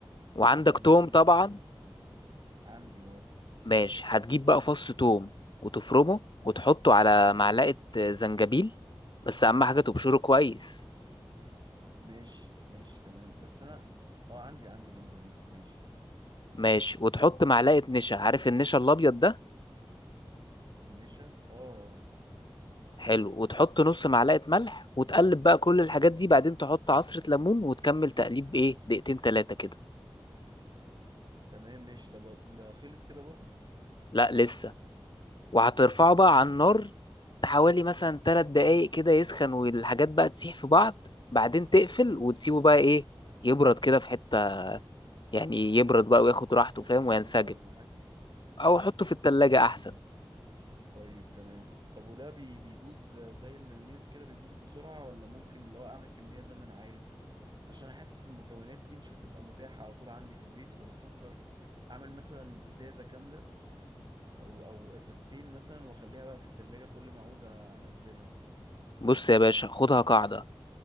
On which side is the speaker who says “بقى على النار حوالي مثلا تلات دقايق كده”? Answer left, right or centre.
Left